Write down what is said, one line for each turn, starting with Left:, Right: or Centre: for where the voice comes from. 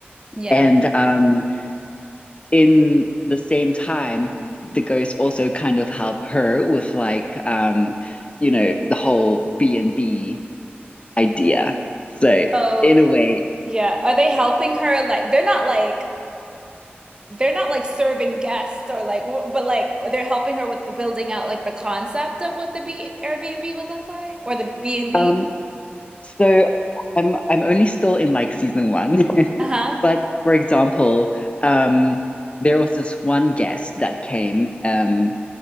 Right: Yeah.
Left: And um in the same time, the ghosts also kind of help her with like um, you know, the whole B and B idea. So
Right: Oh,
Left: in a way,
Right: yeah. Are they helping her? Like, they're not like they're not like serving guests or like, w- but like they're helping her with the building out like the concept of what the B Airbnb would look like or the B and B.
Left: um, So I'm I'm only still in like season one. <laughs>
Right: Uh-huh.
Left: But for example, um there was this one guest that came um